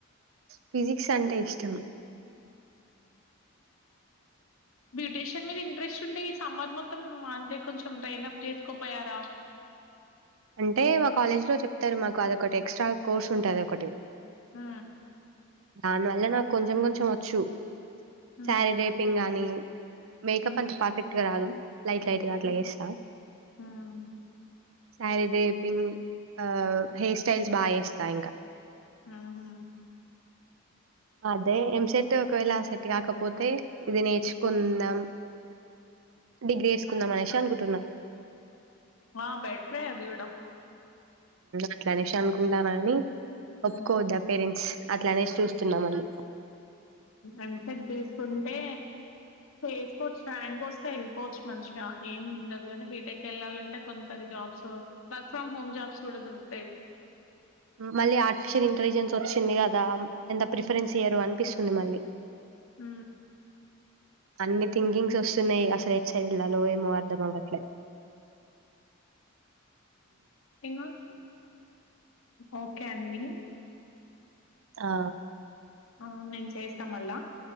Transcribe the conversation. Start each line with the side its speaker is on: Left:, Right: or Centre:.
Right: ఫిజిక్స్ అంటే ఇష్టం
Left: బ్యూటీషియన్ మీద ఇంట్రెస్ట్ ఉంటే ఈ సమ్మర్ మొత్తం అంతే కొంచెం డ్రైన్ప్ చేసుకోపోయారా
Right: అంటే ఒక కాలేజ్ లో చెప్తారు మాకు అదొ ఒకటి ఎక్స్ట్రా కోర్స్ ఉంటుంది ఒకటి
Left: హ
Right: దాని వల్ల నాకు కొంచెం కొంచెం వచ్చు
Left: ఉమ్
Right: శారీ రేపింగ్ గానీ మేకప్
Left: ఉమ్
Right: అంట పర్ఫెక్ట్గా రాదు లైట్ లైట్గా అట్లా
Left: ఉమ్
Right: చేస్తా
Left: హ్మ్
Right: శారీదే పింగ్ ఆ హెయిర్ స్టైల్స్ బాగా చేస్తా ఇంకా
Left: ఆ హా
Right: అదే ఎంసెట్ ఒకవేళ ఆ సెట్ కాకపోతే ఇది నేర్చుకుందాం డిగ్రీ వచెసుకుందాం అనేసి అనుకుంటున్నా
Left: ఆ బెటరే అదివిడం
Right: అట్లానేష అనుకుంటాను కాని
Left: హ్మ్
Right: ఒప్పుకోవద్దా పేరెంట్స్ అట్లానేసి చూస్తున్నాం మళ్ళు
Left: ఎంటెక్ తీసుకుంటే చేసుకోవచ్చు ర్యాంక్ వస్తే వెళ్ళిపోవచ్చు మంచిగా ఏం ఉండదు కానీ బీటెక్ వెళ్ళాలంటే కొంతస jobs work from home jobs కూడా దొరుకు
Right: మళ్ళీ ఆర్టిఫిషియల్ ఇంటెలిజెన్స్ వచ్చి వింది కదా ఎంత ప్రిఫరెన్స్ అయ్యో అనిపిస్తుంది మళ్ళీ
Left: హ
Right: అన్ని థింకింగ్స్ వస్తున్నాయి అసలు ఎ సర ఎలో ఏమో అర్ధమాట్లే
Left: ఏనాచ్చ ఓకే అండి
Right: ఆ
Left: ఆ నేను చేసి స్తమల్